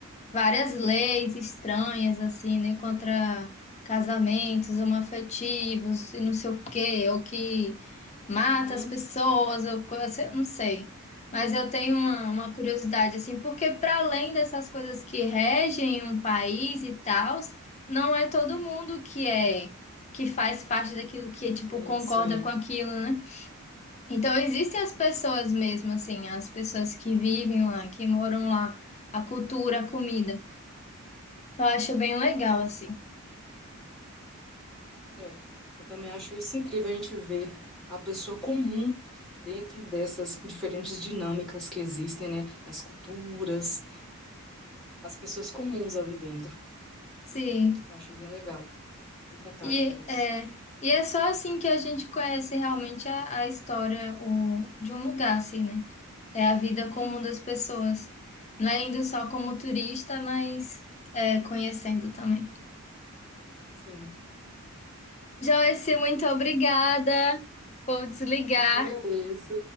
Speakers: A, on the left; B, in the centre.
A: várias leis estranhas, assim, né, contra casamentos homoafetivos e não sei o quê, ou que mata
B: uhum,
A: as pessoas, ou coisa, eu não sei. Mas eu tenho uma, uma curiosidade, assim, porque para além dessas coisas que regem um país e tal, não é todo mundo que é, que faz parte daquilo que, tipo,
B: sim,
A: concorda
B: sim.
A: com aquilo, né? Então existem as pessoas mesmo, assim, as pessoas que vivem lá, que moram lá, a cultura, a comida. Eu acho bem legal, assim.
B: É, eu também acho isso incrível a gente ver a pessoa comum dentro dessas diferentes dinâmicas que existem, né? As culturas, as pessoas comuns ali dentro.
A: Sim.
B: Eu acho bem legal ter contato
A: E
B: com isso.
A: é, e é só assim que a gente conhece realmente a, a história o, de um lugar, assim, né? É a vida
B: Uhum,
A: comum das pessoas. Não é indo só como turista, mas é, conhecendo também.
B: sim,
A: Joyce, muito obrigada. Vou desligar.
B: eu que agradeço.